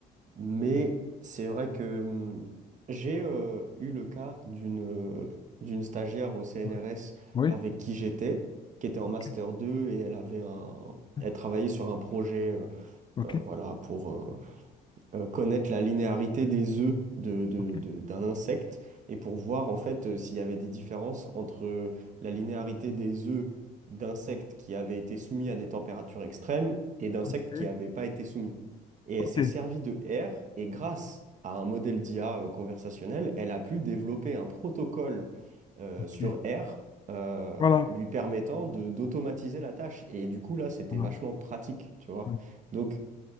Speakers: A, on the right; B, on the left.
A: Mais c'est vrai que hum, j'ai euh, eu le cas d'une euh, d'une stagiaire au CNRS
B: ouais, oui,
A: avec qui j'étais, qui était en
B: ok,
A: master deux et elle avait un
B: ouais,
A: elle travaillait sur un projet euh,
B: ok,
A: euh, voilà pour euh, euh, connaître la linéarité des œufs de, de-
B: ok,
A: de- d'un insecte et pour voir en fait euh, s'il y avait des différences entre euh, la linéarité des œufs d'insectes qui avaient été soumis à des températures extrêmes et d'insectes
B: ouais,
A: qui n'avaient pas été soumis. Et elle
B: ok,
A: s'est servie de R et grâce à un modèle d'IA euh, conversationnel, elle a pu développer un protocole euh,
B: ok.
A: sur R. euh,
B: Voilà.
A: lui permettant de d'automatiser la tâche. Et du coup, là, c'était
B: voilà,
A: vachement pratique, tu vois.
B: oui.
A: Donc,